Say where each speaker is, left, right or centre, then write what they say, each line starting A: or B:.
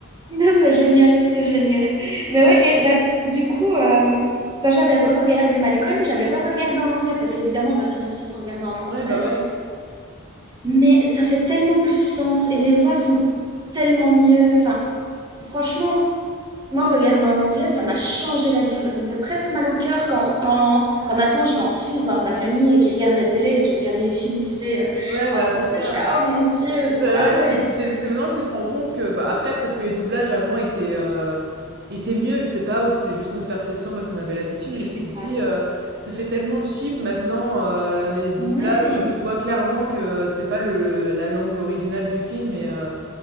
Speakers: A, on the right; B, on the right.
A: Non, c'est génial, c'est génial. Mais ouais, et bah, du coup, euh, quand j'avais re-regardé Malcolm, j'avais re-regardé en anglais parce qu'évidemment, bah, sur M6, on regardait en français.
B: Ouais, bah ouais.
A: Mais ça fait tellement plus sens et les voix sont tellement mieux. Enfin, franchement, moi, regarder en anglais, ça m'a changé la vie, quoi. Ça me fait presque mal au cœur quand, quand, quand maintenant je vais en Suisse voir ma famille et qui regarde la télé et qui regarde les films, tu sais, euh,
B: Ouais,
A: en
B: bah
A: français.
B: c'est ça.
A: Je suis là, oh mon Dieu,
B: C'est ça,
A: ah
B: ouais,
A: ouais,
B: tu c'est c'est maintenant que tu te rends compte que, bah, après, peut-être que les doublages avant étaient, heu, étaient mieux, je sais pas, ou si c'est juste notre perception parce qu'on avait l'habitude,
A: je
B: mais tu
A: sais
B: te dis,
A: pas.
B: heu: «Ça fait tellement cheap maintenant», heu, les doublages,
A: Ouais,
B: tu vois clairement que c'est pas le la langue originale du film et heu,